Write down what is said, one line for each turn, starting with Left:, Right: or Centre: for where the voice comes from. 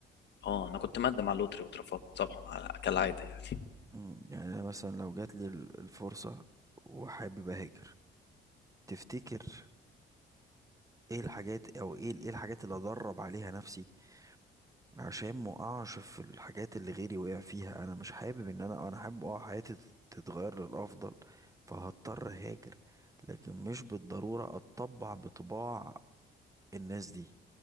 Left: اه انا كنت مقدم على اللوتري واترفضت طبعا على- كالعادة يعني
Right: مم، يعني انا مثلا لو جات لي الفرصة وحابب اهاجر تفتكر ايه الحاجات او ايه ايه الحاجات اللي ادرب عليها نفسي عشان ما اقعش في الحاجات اللي غيري وقع فيها انا مش حابب ان انا انا حابب اه حياتي تت- تتغير للافضل فهضطر هاجر لكن مش بالضرورة اتطبع بطباع الناس دي